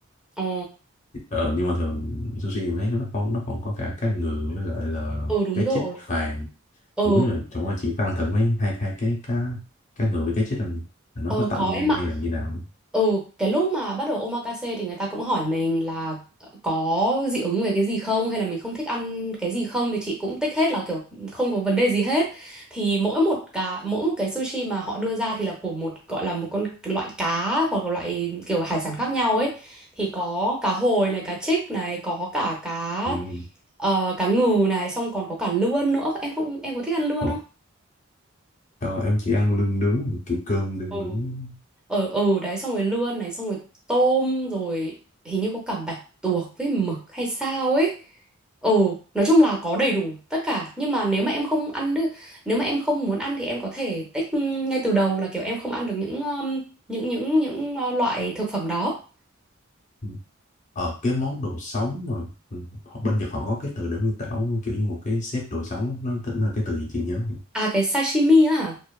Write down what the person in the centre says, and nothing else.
ồ,
ừ đúng
rồi.
Ừ,
Ờ
có em ạ.
Ừ, cái lúc mà bắt đầu omakase thì người ta cũng hỏi mình là ờ, có dị ứng về cái gì không hay là mình không thích ăn cái gì không thì chị cũng tích hết là kiểu không có vấn đề gì hết. Thì mỗi một cá mỗi một cái sushi mà họ đưa ra thì là của một gọi là một con loại cá hoặc là loại kiểu hải sản khác nhau ấy. Thì có cá hồi này, cá trích này, có cả cá
ờ, cá ngừ này, xong còn có cả lươn nữa. Em không em có thích ăn lươn
không?
ừ
ở ừ đấy xong rồi lươn này xong rồi tôm rồi hình như có cả bạch tuộc với mực hay sao ấy ừ nói chung là có đầy đủ tất cả nhưng mà nếu mà em không ăn đ- nếu mà em không muốn ăn thì em có thể tích ngay từ đầu là kiểu em không ăn được những um, những những những uh, loại thực phẩm đó
à cái sashimi á hả